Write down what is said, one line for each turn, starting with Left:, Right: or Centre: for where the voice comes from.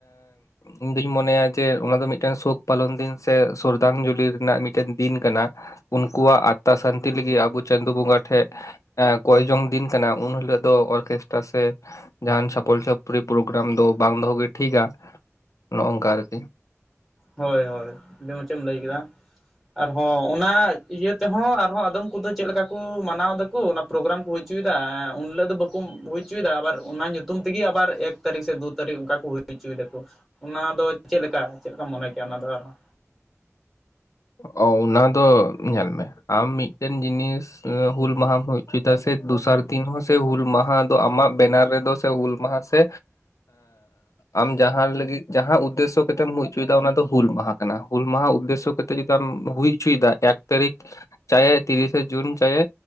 Left: ᱤᱧ ᱫᱩᱧ ᱢᱚᱱᱮᱭᱟ ᱡᱮ ᱚᱱᱟ ᱫᱚ ᱢᱤᱫᱴᱮᱱ ᱥᱳᱠ ᱯᱟᱞᱚᱱ ᱫᱤᱱ ᱥᱮ ᱥᱚᱨᱫᱟᱝᱡᱚᱞᱤ ᱨᱮᱱᱟᱜ ᱢᱤᱫᱴᱮᱱ ᱫᱤᱱ ᱠᱟᱱᱟ ᱾ ᱩᱝᱠᱩᱣᱟᱜ ᱟᱛᱛᱟ ᱥᱟᱱᱛᱤ ᱞᱟᱹᱜᱤᱫ ᱟᱹᱵᱩ ᱪᱟᱸᱫᱚ ᱵᱚᱸᱜᱟ ᱴᱷᱮᱡ ᱠᱚᱭ ᱡᱚᱝ ᱫᱤᱱ ᱠᱟᱱᱟ ᱩᱱ ᱦᱤᱞᱟᱹᱜ ᱫᱚ ᱚᱨᱠᱮᱥᱴᱟ ᱥᱮ ᱡᱟᱦᱟᱱ ᱪᱷᱟᱯᱚᱞ ᱪᱷᱚᱯ ᱨᱤ ᱯᱨᱳᱜᱨᱟᱢ ᱫᱚ ᱵᱟᱝ ᱫᱚᱦᱚ ᱜᱮ ᱴᱷᱤᱠᱟ ᱱᱚᱜᱼᱚᱜ ᱚᱝᱠᱟ ᱟᱨᱠᱤ᱾
Centre: ᱦᱳᱭ ᱦᱳᱭ ᱟᱹᱰᱤ ᱢᱚᱪᱮᱢ ᱞᱟᱹᱭ ᱠᱮᱫᱟ᱾ ᱟᱨᱦᱚᱸ ᱚᱱᱟ ᱤᱭᱟᱹ ᱛᱮᱦᱚᱸ ᱟᱨᱦᱚᱸ ᱟᱫᱚᱢ ᱠᱩᱫᱚ ᱪᱮᱜ ᱞᱮᱠᱟ ᱠᱩ ᱢᱟᱱᱟᱣ ᱫᱟᱠᱩ ᱚᱱᱟ ᱯᱨᱳᱜᱨᱟᱢ ᱠᱩ ᱦᱩᱭ ᱩᱪᱩᱭᱮᱫᱟ, ᱩᱱᱦᱤᱞᱟᱹᱜ ᱫᱚ ᱵᱟᱹᱠᱩ ᱦᱩᱭ ᱩᱪᱩᱭᱫᱟ ᱟᱵᱟᱨ ᱚᱱᱟ ᱧᱩᱛᱩᱢ ᱛᱮᱜᱮ ᱟᱵᱟᱨ ᱮᱠ ᱮᱠ ᱛᱟᱹᱨᱤᱠ ᱥᱮ ᱫᱩ ᱛᱟᱹᱨᱤᱠ ᱚᱝᱠᱟ ᱠᱩ ᱦᱩᱭ ᱦᱩᱪᱩᱭ ᱫᱟᱠᱩ ᱚᱱᱟ ᱫᱚ ᱪᱮᱫ ᱞᱮᱠᱟ ᱪᱮᱫ ᱞᱮᱠᱟ ᱢᱚᱱᱮ ᱠᱮᱭᱟ ᱚᱱᱟ ᱫᱚ ᱟᱨ ᱦᱚᱸ?
Left: ᱚ ᱚᱱᱟ ᱫᱚ ᱧᱮᱞ ᱢᱮ ᱟᱢ ᱢᱤᱫᱴᱮᱱ ᱡᱤᱱᱤᱥ ᱦᱩᱞ ᱢᱟᱦᱟᱢ ᱦᱩᱭ ᱩᱪᱩᱭ ᱫᱟ ᱥᱮ ᱫᱚᱥᱟᱨ ᱫᱤᱱ ᱦᱚᱸ ᱥᱮ ᱦᱩᱞ ᱢᱟᱦᱟ ᱛᱚ ᱟᱢᱟᱜ ᱵᱮᱱᱟᱨ ᱨᱮᱫᱚ ᱥᱮ ᱦᱩᱞ ᱢᱟᱦᱟ ᱥᱮ ᱟᱢ ᱡᱟᱦᱟᱸ ᱞᱟᱹᱜᱤᱫ ᱡᱟᱦᱟᱸ ᱩᱫᱽᱫᱮᱥᱥᱚ ᱠᱟᱛᱮᱢ ᱦᱩᱭ ᱦᱚᱪᱚᱭᱮᱫᱟ ᱚᱱᱟ ᱫᱚ ᱦᱩᱞ ᱢᱟᱦᱟ ᱠᱟᱱᱟ ᱦᱩᱞ ᱢᱟᱦᱟ ᱩᱫᱽᱫᱮᱥᱥᱚ ᱠᱟᱛᱮ ᱱᱤᱛᱚᱜ ᱪᱮᱫ ᱞᱮᱠᱟᱢ ᱦᱩᱭ ᱪᱚᱭ ᱫᱟ ᱮᱠ ᱛᱟᱨᱤᱠᱷ ᱪᱟᱭᱮ ᱛᱤᱨᱤᱥᱮ ᱡᱩᱱ ᱪᱟᱭᱮ